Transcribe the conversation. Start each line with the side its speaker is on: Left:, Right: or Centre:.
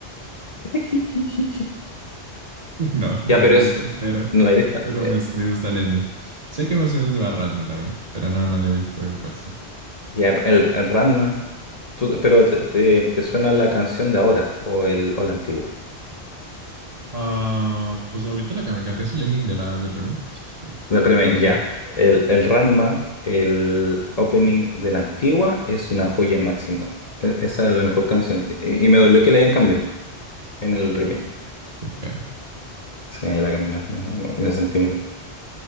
Left: <laughs>
Right: No, no
Left: Ya,
Right: la
Left: pero
Right: he visto,
Left: es.
Right: pero,
Left: ¿No la viste?
Right: pero
Left: Eh,
Right: me, me gusta el ending. Sé que más o menos de Barrando también, pero no, no la he visto en persona.
Left: ya, el, el Ranma. tú- pero te, te- te suena la canción de ahora o, el, o la antigua.
Right: Ah, pues ahorita la can- canté es el ending de la, del remake, así que-
Left: Del remake,
Right: pero
Left: ya. El, el Ranma, el opening de la antigua, es una joya máxima. E- esa es la mejor canción. Y, y me dolió que la hayan cambiado en el remake.
Right: ah, qué feo.
Left: Sí, la cambiaron. Me, me- me sentí mal.